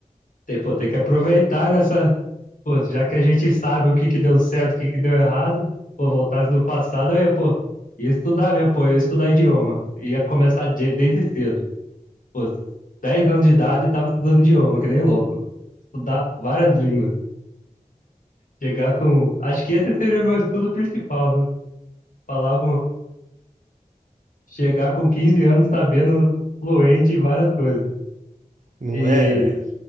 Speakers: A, on the left; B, on the right.
A: tem, pô, tem que aproveitar nessa, pô, já que a gente sabe o que que deu certo, o que que deu errado, pô, voltasse no passado, eu ia, pô, ia estudar mesmo, pô, eu ia estudar idioma, ia começar de- desde cedo. Pô, 10 anos de idade e tava estudando idioma, que nem louco. Estudar várias línguas. Chegar com. Acho que esse seria o meu estudo principal, viu? Falar alguma. Chegar com 15 anos sabendo fluente em várias coisas.
B: não
A: E.
B: é, velho?